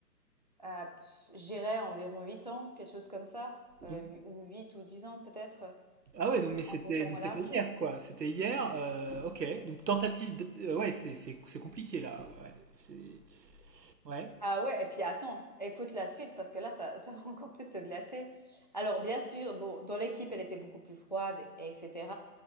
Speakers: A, on the left; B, on the right.
A: ah je dirais environ 8 ans, quelque chose comme ça,
B: donc-
A: heu, hu ou 8 ou 10 ans peut-être,
B: ah ouais, donc, mais c'était,
A: en comptant
B: donc
A: au
B: c'était
A: large.
B: hier, quoi. C'était hier, euh, ok. Donc tentative de- euh, ouais, c'est, c'est, c'est compliqué, là. Ouais. C'est- ouais.
A: Ah ouais, et puis attends, écoute la suite parce que là, ça, <laughs> ça va encore plus te glacer. Alors, bien sûr, bon, dans l'équipe, elle était beaucoup plus froide, et etc.